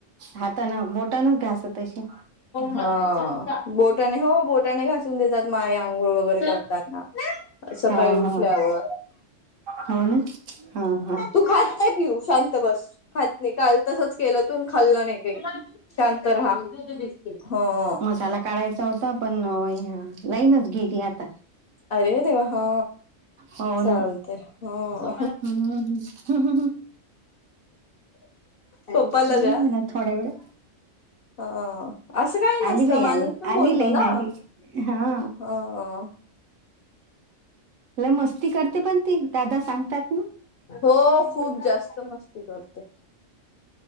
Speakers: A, on the right (about 70°); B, on the left (about 60°).
A: हातानं बोटानंच घास तशी
B: हा. बोटाने हो बोटाने घासून देतात माय अंघोळ वगैरे करताना. सकाळी
A: हो
B: उठल्यावर
A: हो हो ना हा हा.
B: तू खात नाहीय पिऊ शांत बस खात नाही काल तसच केलं तून खाल्लं नाही काही शांत राहा. जाऊदे बाई हो ओ.
A: मसाला काढायचा होता पण लाईनच गेली आता
B: अरे देवा हा.
A: हो
B: चालत
A: ना
B: हो.
A: हम्म
B: पपाला
A: येईल
B: द्या
A: म्हणा थोड्या वेळ
B: ह्. असं काही
A: आली
B: नसतं
A: बाई
B: माणूस
A: आली
B: पण
A: आली
B: बोलतो
A: लाईन
B: ना
A: आली हा
B: ह्.
A: म मस्ती करते पण ती दादा सांग. त्या त.
B: हो खूप जास्त मस्ती करते